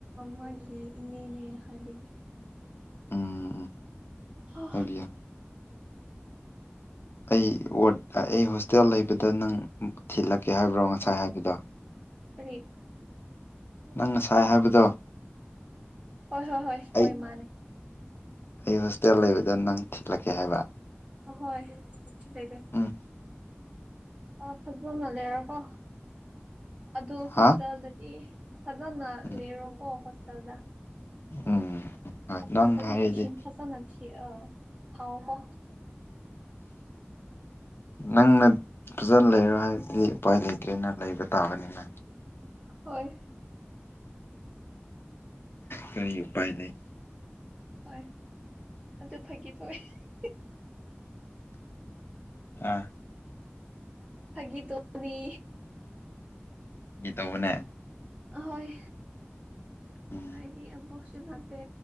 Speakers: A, on the right; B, on the left.
A: ꯃꯥꯒꯤ ꯏꯅꯦꯅꯦ ꯍꯥꯏꯕꯤꯒꯦ
B: ꯎꯝ ꯎꯝ
A: ꯍ
B: ꯍꯥꯏꯕꯤꯌꯨ ꯑꯩ ꯋꯥꯗ ꯑꯩ ꯍꯣꯁꯇꯦꯜ ꯂꯩꯕꯗ ꯅꯪ ꯊꯤꯜꯂꯛꯀꯦ ꯍꯥꯏꯕ꯭ꯔꯣ ꯉꯁꯥꯏ ꯍꯥꯏꯕꯗꯣ
A: ꯀꯔꯤ ꯍꯣꯏ
B: ꯅꯪ
A: ꯍꯣꯏ
B: ꯉꯁꯥꯏ ꯍꯥꯏꯕꯗꯣ
A: ꯍꯣꯏ ꯍꯣꯏ ꯍꯣꯏ
B: ꯑꯩ
A: ꯃꯥꯅꯦ
B: ꯑꯩ ꯍꯣꯁꯇꯦꯜ ꯂꯩꯕꯗ ꯅꯪ ꯊꯤꯠꯂꯛꯀꯦ ꯍꯥꯏꯕ
A: ꯍꯣꯏ ꯁꯤꯇꯒꯦ
B: ꯎꯝ
A: ꯑ ꯐꯖꯅ ꯂꯩꯔꯣꯀꯣ ꯑꯗꯨ ꯍꯣꯁꯇꯦꯜꯗꯗꯤ
B: ꯍꯥ
A: ꯐꯖꯅ
B: ꯎꯝ
A: ꯂꯩꯔꯀꯣ ꯍꯁꯗ
B: ꯎꯝ ꯍꯣꯏ
A: ꯍꯣꯁꯇꯦꯜꯗꯗꯤ
B: ꯅꯪ ꯍꯥꯏꯔꯗꯤ
A: ꯏꯁꯤꯝ ꯐꯖꯅ ꯑ ꯊꯥꯎ ꯀ
B: ꯅꯪꯅ ꯐꯖꯅ ꯂꯩꯔꯣꯏ ꯍꯥꯏꯕꯗꯤ ꯎꯄꯥꯏ ꯂꯩꯇ꯭ꯔꯦꯅ ꯂꯩꯕ ꯇꯥꯕꯅꯤꯅ
A: ꯍꯣꯏ
B: ꯀꯔꯤ ꯎꯄꯥꯏ ꯂꯩ
A: ꯍꯣꯏ ꯑꯗꯨ ꯐꯒꯤ ꯊꯣꯛꯑꯦ
B: ꯑꯥ
A: ꯐꯒꯤ ꯇꯅꯤ
B: ꯐꯒꯤ ꯇꯧꯕꯅꯦ
A: ꯑꯍꯣꯏ
B: ꯎꯝ
A: ꯍꯥꯏꯗꯤ ꯌꯥꯝꯕꯣꯛꯁꯨ ꯅꯠꯇꯦ